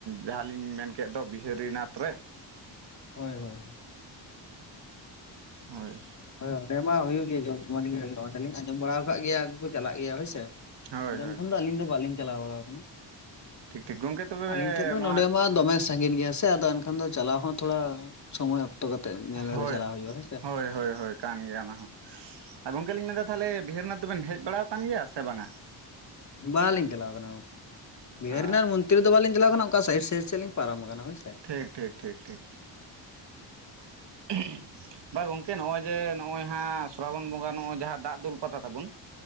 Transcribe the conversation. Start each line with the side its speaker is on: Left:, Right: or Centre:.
Right: ᱡᱟᱦᱟᱸᱞᱤᱧ ᱢᱮᱱᱠᱮᱫ ᱫᱚ ᱵᱤᱦᱟᱹᱨᱤᱱᱟᱛᱷ ᱨᱮ ᱾
Left: ᱦᱳᱭ ᱦᱳᱭ
Right: ᱦᱳᱭ ᱾
Left: ᱦᱳᱭ ᱚᱸᱰᱮ ᱢᱟ ᱦᱩᱭᱩᱜ ᱜᱮᱭᱟ ᱡᱚᱢ ᱡᱚᱢᱟᱜ ᱜᱮ ᱦᱩᱭᱩᱜᱼᱟ ᱚᱸᱰᱮ ᱞᱤᱧ ᱟᱸᱡᱚᱢ ᱵᱟᱲᱟ ᱟᱠᱟᱜ ᱜᱮᱭᱟ ᱟᱜᱩ ᱠᱚ ᱪᱟᱞᱟᱜ ᱜᱮᱭᱟ ᱦᱳᱭᱥᱮ ᱾
Right: ᱦᱳᱭ
Left: <inaudible>
Right: ᱦᱳᱭ
Left: ᱱᱮᱠᱷᱟᱱ ᱫᱚ ᱟᱹᱞᱤᱧ ᱫᱚ ᱵᱟᱹᱞᱤᱧ ᱪᱟᱞᱟᱣ ᱵᱟᱲᱟᱣ ᱟᱠᱟᱱᱟ ᱾
Right: ᱴᱷᱤᱠ ᱴᱷᱤᱠ ᱜᱚᱝᱠᱮ ᱛᱚᱵᱮ
Left: ᱟᱹᱞᱤᱧ ᱴᱷᱮᱡ ᱫᱚ
Right: ᱱᱚᱣᱟ
Left: ᱱᱚᱰᱮ ᱢᱟ ᱫᱚᱢᱮ ᱥᱟᱺᱜᱤᱧ ᱜᱮᱭᱟ ᱥᱮ ᱟᱫᱚ ᱮᱱᱠᱷᱟᱱ ᱫᱚ ᱪᱟᱞᱟᱣ ᱦᱚᱸ ᱛᱷᱚᱲᱟ ᱥᱚᱢᱚᱭ ᱚᱠᱛᱚ ᱠᱟᱛᱮ ᱧᱮᱞ
Right: ᱦᱳᱭ
Left: ᱠᱟᱛᱮ ᱪᱟᱞᱟᱣ ᱦᱩᱭᱩᱜᱼᱟ ᱦᱮᱸ ᱥᱮ ᱾
Right: ᱦᱳᱭ ᱦᱳᱭ ᱦᱳᱭ ᱠᱟᱱ ᱜᱮᱭᱟ ᱚᱱᱟ ᱦᱚᱸ ᱟᱨ ᱜᱚᱢᱠᱮ ᱞᱤᱧ ᱢᱮᱱ ᱮᱫᱟ ᱛᱟᱦᱚᱞᱮ ᱵᱤᱦᱟᱹᱨᱤᱱᱟᱛᱷ ᱫᱚᱵᱤᱱ ᱦᱮᱡ ᱵᱟᱲᱟᱣ ᱠᱟᱱ ᱜᱮᱭᱟ ᱥᱮ ᱵᱟᱝᱟ
Left: ᱵᱟᱝ ᱞᱤᱧ ᱪᱟᱞᱟᱣ ᱟᱠᱟᱱᱟ ᱜᱚᱢᱠᱮ ᱵᱤᱦᱟᱨᱤᱱᱟ
Right: ᱚ
Left: <unintelligible> ᱛᱤᱛ ᱨᱮ ᱫᱚ ᱵᱟᱞᱤᱧ ᱪᱟᱞᱟᱣ ᱠᱟᱱᱟ ᱚᱱᱠᱟ ᱥᱟᱭᱤᱰ ᱥᱟᱭᱤᱰ ᱥᱮᱫ ᱞᱤᱧ ᱯᱟᱨᱚᱢ ᱟᱠᱟᱱᱟ ᱦᱳᱭ ᱥᱮ ᱾
Right: ᱴᱷᱤᱠ ᱴᱷᱤᱠ ᱴᱷᱤᱠ ᱴᱷᱤᱠ <inaudible> ᱵᱟ ᱜᱚᱝᱠᱮ ᱱᱚᱜ-ᱚᱭ ᱡᱮ ᱱᱚᱜ-ᱚᱭ ᱦᱟᱸᱜ ᱥᱨᱟᱵᱚᱱ ᱵᱚᱸᱜᱟ ᱱᱚᱜ-ᱚᱭ ᱡᱟᱦᱟᱸ ᱫᱟᱜ ᱫᱩᱞ ᱯᱟᱛᱟ ᱛᱟᱵᱚᱱ